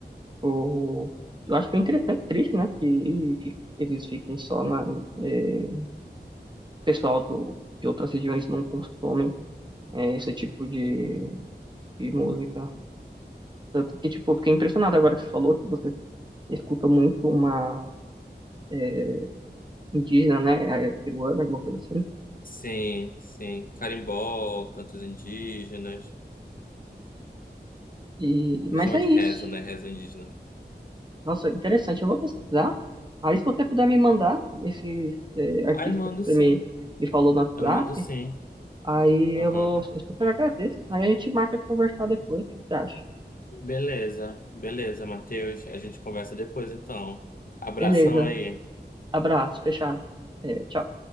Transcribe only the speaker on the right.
tipo, eu acho bem interessante, triste, né, que fi- eles fiquem só na. é, pessoal do, de outras regiões não consomem. é, esse tipo de, de música. Tanto que, tipo, fiquei impressionado agora que você falou que você escuta muito uma é, indígena, né? É, peruana, alguma coisa assim.
E,
mas
é
isso.
Nossa, interessante. Eu vou pesquisar. Aí, se você puder me mandar esses é, artistas
que
você me, me falou no WhatsApp,
aí
eu vou, eu super agradeço. Aí a gente marca de conversar depois, o que você acha?
Beleza.
Abraço, fechado. É, tchau.